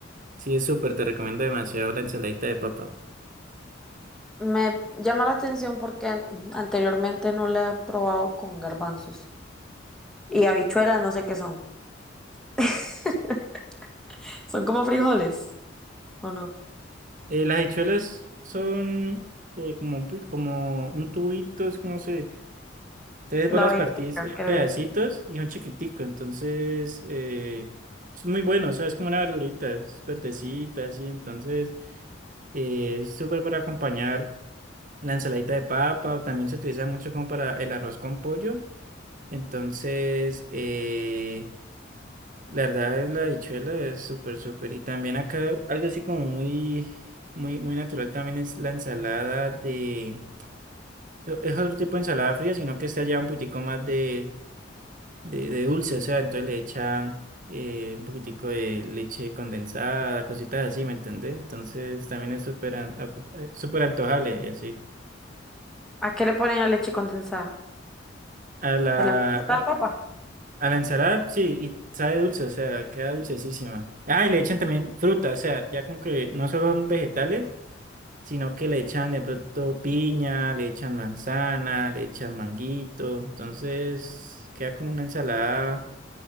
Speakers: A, on the right; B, in the centre.
A: Sí, es súper, te recomiendo demasiado la ensaladita de papa.
B: Me llama la atención porque an- anteriormente no la he probado con garbanzos. Y habichuelas, no sé qué son. <laughs> Son como frijoles, ¿o no?
A: Eh, las habichuelas son eh, como un, pi- como un tubito, es que no sé. Entonces
B: La
A: vos las
B: vainilla,
A: partís en
B: creo.
A: pedacitos y son chiquitico, entonces eh, es muy bueno, o sea, es como una verdurita, es verdecita, así. Entonces eh, es súper para acompañar la ensaladita de papa, o también se utiliza mucho como para el arroz con pollo. Entonces, eh, La verdad es la dichuela es súper, súper. Y también acá algo así como muy, muy, muy natural también es la ensalada de... e- Es otro tipo de ensalada fría, sino que está ya un poquitico más de, de, de dulce. O sea, entonces le echan eh, un poquitico de leche condensada, cositas así, ¿me entendés? Entonces también es súper an- ap- eh, súper antojable, y así.
B: ¿A qué le ponen la leche condensada?
A: A la,
B: ¿A la,
A: a,
B: a la papa?
A: a la ensalada, sí, y sabe dulce, o sea, queda dulcesísima. Ah, y le echan también fruta, o sea, ya como que no solo son vegetales, sino que le echan de pronto piña, le echan manzana, le echan manguito, entonces queda como una ensalada